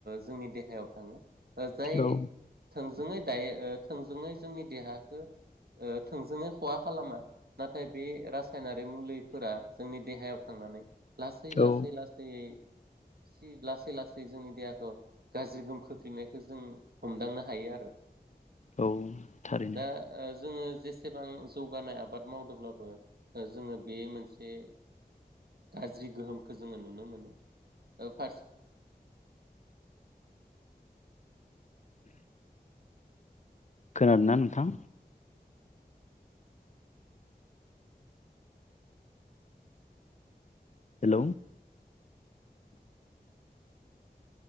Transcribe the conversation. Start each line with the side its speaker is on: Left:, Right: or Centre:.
Right: जोंनि देहायाव थाङो जाय
Left: औ
Right: थोंजोङै दायो ओ थोंजोङै जोंनि देहाखौ थोंजोङै खहा खालामा नाथाय बे रासायनारि मुलिफोरा जोंनि देहायाव थांनानै लासै लासै
Left: औ
Right: लासैयै लासै लासै जोंनि देहाखौ गाज्रि गोहोम खोख्लैनायखौ जों हमदांनो हायो आरो
Left: औ थारैनो
Right: दा जोङो जे सेबां जौगानाय आबाद मावदोंब्लाबो जोङो बे मोनसे गाज्रि गोहोमखौ जोङो नुनो मोनो औ फार
Left: खोनादों ना नोंथां हेल